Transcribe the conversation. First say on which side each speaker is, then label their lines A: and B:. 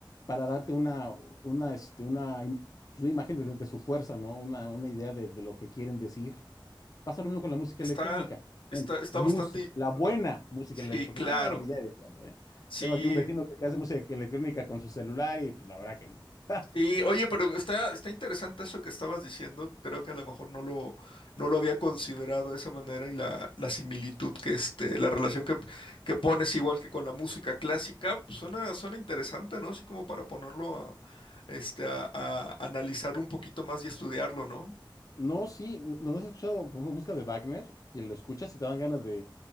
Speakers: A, on the left (about 45°); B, on the left (about 90°).
A: para darte una, una, este, una, im- pues, una imagen de, de- su fuerza, ¿no? Una, una idea de, de lo que quieren decir. Pasa lo mismo con la música
B: Está,
A: electrónica.
B: está,
A: Bueno,
B: está
A: música,
B: bastante...
A: la buena
B: ba-
A: música
B: Sí,
A: electrónica, porque
B: claro.
A: también hay de ya de fondo, ¿eh?
B: Sí,
A: Tengo aquí un vecino que hace música electrónica con su celular y pues la verdad que no. <laughs>
B: Sí, oye, pero está, está interesante eso que estabas diciendo. Creo que a lo mejor no lo, no lo había considerado de esa manera y la, la similitud que este, la relación que, que pones igual que con la música clásica, pues, suena, suena interesante, ¿no? Así como para ponerlo a, este, a, a analizar un poquito más y estudiarlo, ¿no?
A: No, sí, no has escuchado por ejemplo, música de Wagner, quien lo escucha si te dan ganas de,